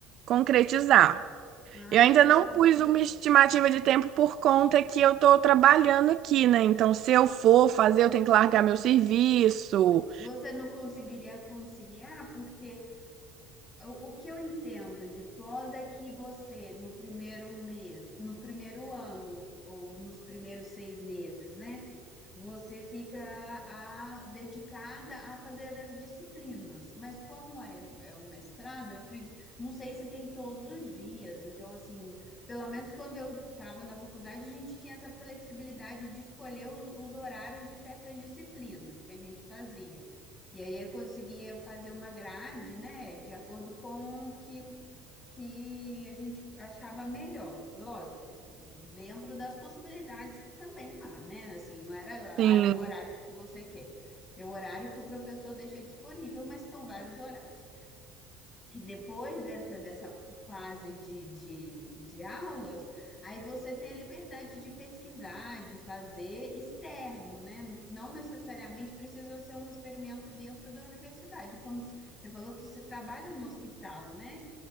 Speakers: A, on the right; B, on the left.
A: concretizar.
B: Ai,
A: Eu ainda
B: que legal.
A: não pus uma estimativa de tempo por conta que eu estou trabalhando aqui, né? Então, se eu for fazer, eu tenho que largar meu serviço.
B: Se você não conseguiria conciliar, porque O, o que eu entendo de pós é que você, no primeiro mês, no primeiro ano, ou nos primeiros seis meses, né? Você fica a- dedicada a fazer as disciplinas. Mas como é, é um mestrado, eu acredito, não sei se tem todos os dias. Então, assim, pelo menos quando eu estava na faculdade, a gente tinha essa flexibilidade de escolher o- os horários de certas disciplinas que a gente fazia. E aí eu conseguia fazer uma grade, né, de acordo com o que, que a gente achava melhor. Lógico, dentro das possibilidades também lá, né? Assim, não era
A: Sim,
B: ah, é o horário que você quer, é o horário que o professor deixa disponível, mas são vários horários. E depois dessa, dessa fase de, de, de aulas, aí você tem a liberdade de pesquisar, de fazer externo, né? Não, não necessariamente precisa ser um experimento dentro da universidade. Como s- você falou que você trabalha no hospital, né?